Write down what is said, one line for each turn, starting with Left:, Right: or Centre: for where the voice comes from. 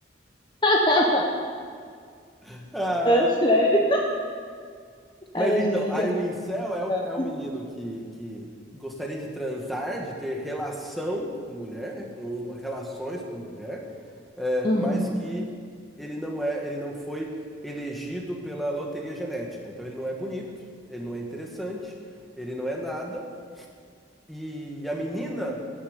Left: <laughs>
Centre: <laughs>
Left: sério. Ai,
Centre: Mas então,
Left: gente.
Centre: aí o incel é o,
Left: é-
Centre: é o menino que, que gostaria de transar, de ter relação com mulher, um, um, relações com mulher, é,
Left: Uhum.
Centre: mas que ele não é, ele não foi elegido pela loteria genética. Então ele não é bonito, ele não é interessante, ele não é nada, e a menina